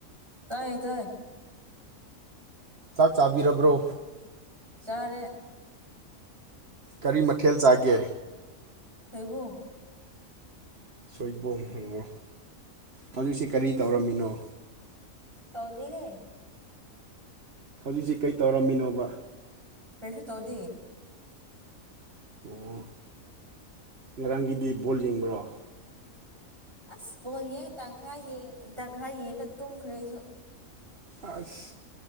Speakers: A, on the right; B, on the right.
A: ꯇꯥꯏꯌꯦ ꯇꯥꯏꯌꯦ
B: ꯆꯥꯛ ꯆꯥꯕꯤꯔꯕ꯭ꯔꯣ
A: ꯆꯥꯔꯦ
B: ꯀꯔꯤ ꯃꯊꯦꯜ ꯆꯥꯒꯦ
A: ꯁꯣꯏꯕꯨꯨꯝ
B: ꯁꯣꯏꯕꯣꯝ ꯑꯣ ꯍꯧꯖꯤꯛꯁꯤ ꯀꯔꯤ ꯇꯧꯔꯝꯃꯤꯅꯣ
A: ꯇꯥꯎꯗꯤ ꯌꯦ
B: ꯍꯧꯖꯤꯛꯁꯤ ꯀꯩ ꯇꯧꯔꯝꯃꯤꯅꯣꯕ
A: ꯀꯩꯁꯨ ꯇꯧꯗꯤ
B: ꯑꯣ ꯉꯔꯥꯡꯒꯤꯗꯤ ꯕꯣꯜ ꯌꯦꯡꯕ꯭ꯔꯣ
A: ꯑꯁ ꯕꯣ ꯌꯦꯡ ꯇꯪꯈꯥꯏ ꯇꯪꯈꯥꯏ ꯌꯦꯡꯉ ꯇꯨꯝꯈ꯭ꯔꯦ ꯑꯩꯁꯨ
B: ꯑꯁ